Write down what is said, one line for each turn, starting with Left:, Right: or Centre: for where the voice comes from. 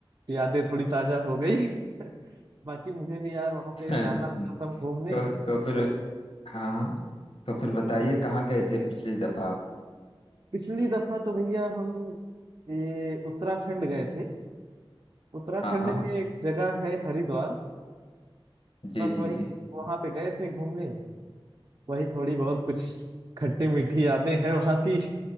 Right: यादें थोड़ी ताजा हो गई <laughs> बाकी मुझे भी यार वहां
Left: <laughs>
Right: पे जाना था असम घूमने
Left: तो तो फिर हाँ हाँ तो फिर बताइए
Right: हाँ।
Left: कहाँ गए थे पिछली दफा आप
Right: पिछली दफा तो भैया हम ये उत्तराखंड गए थे उत्तराखंड
Left: हाँ हाँ
Right: में एक जगह है हरिद्वार
Left: जी
Right: बस
Left: जी
Right: वही
Left: जी
Right: वहां पे गए थे घूमने वही थोड़ी बहुत कुछ खट्टी मीठी यादें हैं वहां की